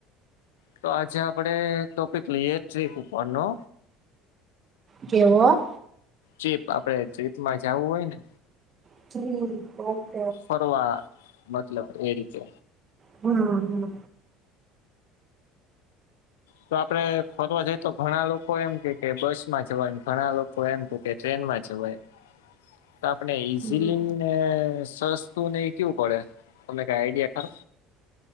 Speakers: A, on the left; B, on the right.
A: તો આજે આપણે ટોપિક લઈએ ટ્રીપ ઉપરનો.
B: કેવો?
A: ચીપ આપડે ટ્રિપમાં જાવું હોય ને?
B: હમ <inaudible>
A: ફરવા મતલબ એ રીતે
B: હહ હહ
A: તો આપડે ફરવા જઈ તો ઘણા લોકો એમ કે કે બસમાં જવાય ને ઘણા લોકો એમ કે કે ટ્રેનમાં જવાય. તો આપને ઈઝીલી
B: હમ
A: ને સસ્ તુંને ઈ કેવું પડે તમને કાઈ આઈડિયા ખરો?